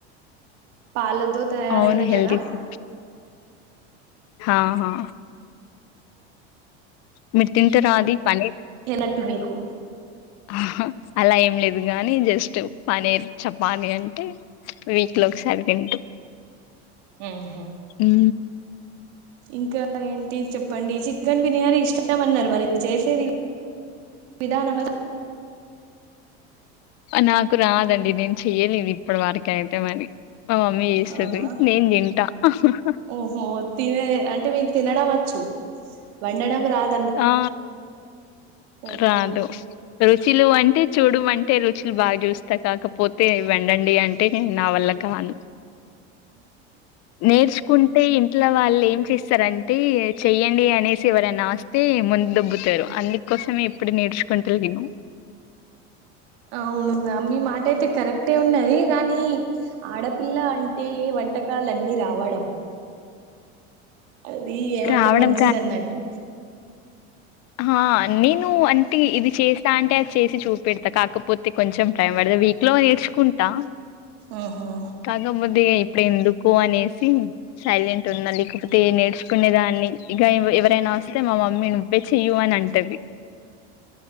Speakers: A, on the right; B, on the left.
A: పాలతో తయారయిద్ది
B: అవును హెల్తీ
A: కదా
B: ఫుడ్ ఆహా మీరు తింటారా అది పన్నీర్
A: ఏలట్టు మీకు
B: ఆహా అలా ఏం లేదు గాని జస్ట్ పన్నీర్ చపానీ అంటే వీక్లో ఒక సారి తింటాం
A: ఉహు
B: ఉ
A: ఇంకా ఏంటి చెప్పండి చికెన్ బిర్యానీ ఇష్టమన్నారు మరి చేసేది విధానమస్
B: నాకు రాదండి నేను చెయ్యలేము ఇప్పటి వరకు అయితే మరి. మా మమ్మీ చేస్తాది
A: అవునా
B: నేను తింటా అహహ
A: ఓహో తినేది అంటే మీకు తినడం వచ్చు వండడం రాద్
B: ఆ
A: ఓకే
B: రాదు రుచులు అంటే చూడుమంటే రుచులు బాగా చూస్తా కాకపోతే వండండి అన్ టే నా వల్ల కాదు నేర్చుకున్ టే ఇంట్లో వాళ్ళేమ్ చేస్తరంటే చెయ్యండి అనేసి ఎవరన్నా ఆస్ తే ముంద్ దొబ్బుతారు అందుకోసమే ఇప్పుడు నేర్సుకుంటాలేయం
A: అవును మీ మాటైతే కరె క్టే ఉన్నది గాని ఆడపిల్ల అంటే వంటకాలన్ని రావడం అది ఏమంటే
B: రావడం
A: మంచిదన్నట్టు
B: అహా నేను అంటే ఇది చేస్తా అంటే అది చేసి చూపెడతా కాకపోతే కొంచెం టైం బడద వీక్ లో నేర్చుకుంటా
A: ఆహా
B: కాకబోతే ఇప్పుడెందుకు అనేసి సైలెంటు వున్నా లేకపొతే నేర్సుకునే దాన్ని ఇగ ఎవ్వు ఎవరైనా వస్తే మా మమ్మీ నువ్ వ్వే చెయ్యు అన్ అంటది